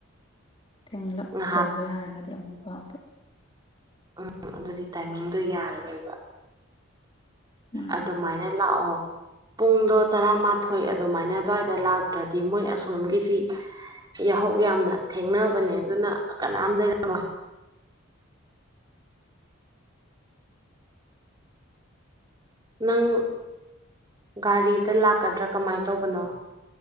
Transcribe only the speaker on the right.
ꯉꯥꯏꯍꯥꯛ
ꯎꯝ ꯑꯗꯨꯗꯤ ꯇꯥꯏꯃꯤꯡꯗꯣ ꯌꯥꯔꯔꯣꯏꯕ
ꯑꯗꯨꯃꯥꯏꯅ ꯂꯥꯛꯑꯣ ꯄꯨꯡꯗꯣ ꯇꯔꯥꯃꯥꯊꯣꯏ ꯑꯗꯨꯃꯥꯏꯅ ꯑꯗꯨꯋꯥꯏꯗ ꯂꯥꯛꯇ꯭ꯔꯗꯤ ꯃꯣꯏ ꯑꯁꯣꯝꯒꯤꯗꯤ ꯌꯥꯍꯧ ꯌꯥꯝꯅ ꯊꯦꯡꯅꯕꯅꯦ ꯑꯗꯨꯅ ꯀꯅꯥꯝ ꯂꯩꯔꯝꯃꯣ ꯅꯪ ꯒꯥꯔꯤꯗ ꯂꯥꯛꯀꯗ꯭ꯔꯥ ꯀꯃꯥꯏꯅ ꯇꯧꯕꯅꯣ